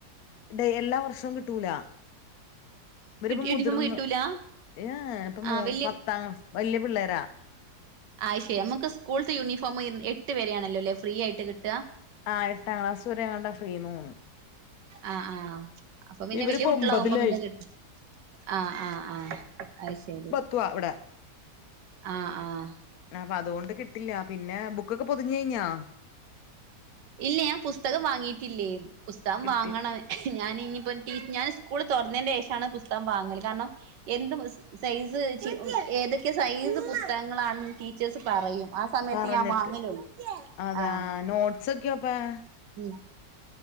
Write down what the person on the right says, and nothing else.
യൂണിഫോം
കിട്ടൂല
ആഹ് വല്യ
അയ് ശരി നമുക്ക് സ്കൂൾത്തെ യൂണിഫോം എട്ട് വരെയാണല്ലോ അല്ലെ ഫ്രീ ആയിട്ട് കിട്ടാ
ആഹ് ആഹ് അപ്പൊ പിന്നെ
വല്യ കുട്ടികളാകുമ്പോ
പിന്നെ കിട്ടും ആഹ് ആഹ് ആഹ് അഹ് ശരി
ആഹ് ആഹ്
ഇല്ല ഞാൻ പുസ്തകം വാങ്ങീട്ടില്ലേ പുസ്തകം
വാങ്ങണം ഞാൻ ഇനിയിപ്പ ടീ ഞാൻ സ്കൂള് തുറന്നതിന്റെ ശേഷാണ് പുസ്തകം വാങ്ങല് കാരണം എന്ത് സൈസ് ഏതൊക്കെ സൈസ് പുസ്തകങ്ങളാണെന്ന് ടീച്ചേഴ്സ് പറയും ആ സമയത്ത്
ഞാൻ വാങ്ങലുള്ളൂ
ആഹ്
ഉം